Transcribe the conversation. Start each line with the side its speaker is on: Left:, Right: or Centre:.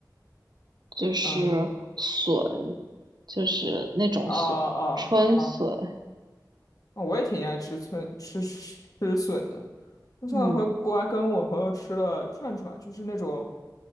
Right: 就是
Left: 嗯，
Right: 笋，就是那种笋，
Left: 啊啊啊，
Right: 春笋，
Left: 啊我也挺爱吃村吃吃笋的。我上次回国还跟我朋友吃了串串，
Right: 嗯
Left: 就是那种